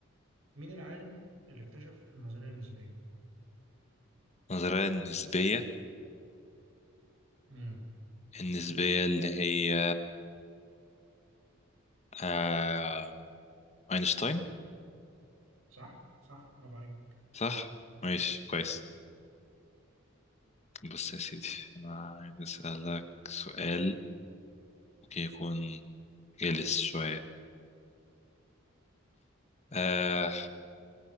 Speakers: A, on the right; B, on the left.
A: مين العالم اللي اكتشف النظرية النسبية؟
B: النظرية النسبية
A: امم
B: النسبية اللي هي آه اينشتاين
A: صح؟ صح برافو عليك
B: صح ماشي كويس بص يا سيدي انا عايز اسألك سؤال ممكن يكون جلس شوية آه